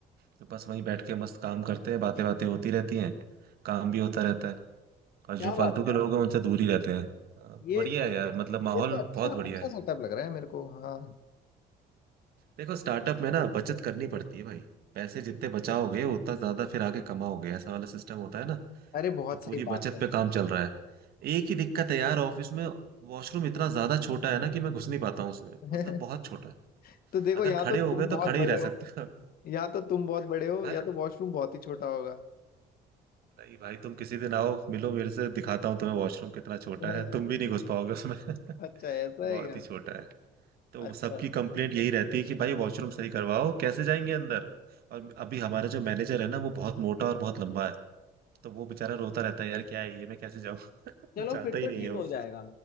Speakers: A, on the right; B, on the left.
A: तो बस वहीं बैठ के मस्त काम करते हैं बातें बातें होती रहती हैं काम भी होता रहता है और
B: क्या
A: जो फालतू
B: बात
A: के
B: है
A: लोग हैं उनसे दूर ही रहते हैं अ,
B: ये
A: बढ़िया है यार मतलब माहौल
B: ये तो अच्छा
A: बहुत
B: अच्छा
A: बढ़िया है
B: सेटअप लग रहा है मेरे को हाँ
A: देखो स्टार्टअप में ना बचत करनी पड़ती है भाई पैसे जितने बचाओगे उतना ज्यादा फिर आगे कमाओगे ऐसा वाला सिस्टम होता है ना
B: अरे बहुत
A: तो पूरी
B: सही बात
A: बचत
B: है
A: पे काम चल रहा है एक ही दिक्कत है यार ऑफिस में वॉशरूम इतना ज्यादा छोटा है ना कि मैं घुस नहीं पाता हूँ उसमें
B: <laughs>
A: मतलब बहुत छोटा है
B: तो देखो
A: अगर
B: या
A: खड़े
B: तो
A: हो
B: तुम
A: गए
B: बहुत
A: तो खड़े
B: बड़े
A: ही रह
B: हो
A: सकते हो <laughs>
B: या तो तुम बहुत बड़े हो
A: भाई
B: या तो वॉशरूम बहुत ही छोटा होगा
A: नहीं भाई तुम किसी दिन आओ मिलो मेरे से दिखाता हूँ तुम्हें वॉशरूम कितना छोटा
B: <laughs>
A: है तुम भी नहीं घुस पाओगे उसमें <laughs>
B: अच्छा ऐसा
A: बहुत
B: है क्या
A: ही छोटा है तो
B: अच्छा
A: सबकी कंप्लेंट यही रहती है कि भाई वॉशरूम सही करवाओ कैसे जाएंगे अंदर और अभी हमारा जो मैनेजर है ना वो बहुत मोटा और बहुत लंबा है तो वो बेचारा रोता रहता है यार क्या है ये मैं कैसे जाऊँ <laughs>
B: चलो
A: वो चाहता
B: फिर
A: ही
B: तो
A: नहीं
B: ठीक
A: है वो
B: हो जाएगा